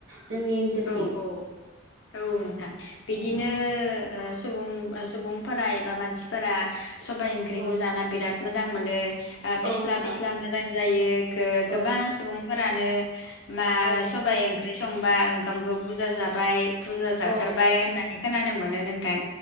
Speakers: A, on the right; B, on the left.
A: जोंनि ओनसोलथिं
B: औ औ औ औ नोंथां बिदिनो ओ सुबुं सुबुंफोरा एबा मानसिफोरा सबाइ ओंख्रिखौ
A: औ
B: जाना बिराद मोजां मोनो ओ फिस्ला
A: औ नोंथां
B: फिस्ला मोजां जायो
A: औ
B: गोबां सुबुंफोर फोरानो मा
A: औ
B: सबाय ओं ख्रि संबा ओंखामखौ बुरजा जाबाय बुरजा जाथारबाय
A: औ
B: होननानै खोनानो मोनो नोंथां